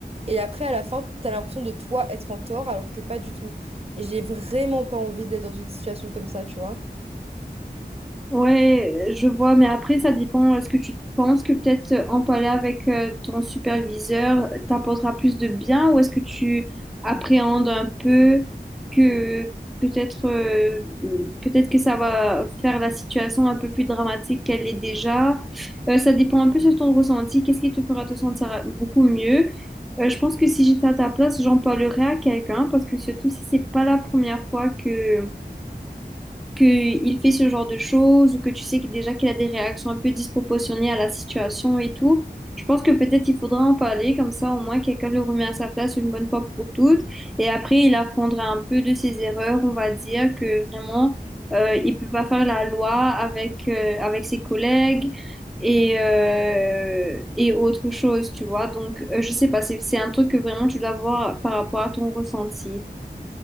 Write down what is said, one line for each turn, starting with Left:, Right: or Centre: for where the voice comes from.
Right: Et après, à la fin, t'as l'impression de toi être en tort, alors que pas du tout. Et j'ai vraiment pas envie d'être dans une situation comme ça, tu vois.
Centre: Ouais, je vois, mais après, ça dépend. Est-ce que tu penses que peut-être euh, en parler avec euh, ton superviseur euh, t'apportera plus de bien ou est-ce que tu appréhendes un peu que peut-être euh, peut-être que ça va faire la situation un peu plus dramatique qu'elle est déjà? Euh, ça dépend un peu de ton ressenti. Qu'est-ce qui te fera te sentir beaucoup mieux? Euh, je pense que si j'étais à ta place, j'en parlerais à quelqu'un parce que surtout si c'est pas la première fois que qu'il fait ce genre de choses ou que tu sais que déjà qu'il a des réactions un peu disproportionnées à la situation et tout, je pense que peut-être il faudra en parler, comme ça au moins quelqu'un le remet à sa place une bonne fois pour toutes. Et après, il apprendra un peu de ses erreurs, on va dire que vraiment, euh, il peut pas faire la loi avec, euh, avec ses collègues. Et, euh, et autre chose, tu vois. Donc, euh, je sais pas, c'est c'est un truc que vraiment tu dois voir par rapport à ton ressenti.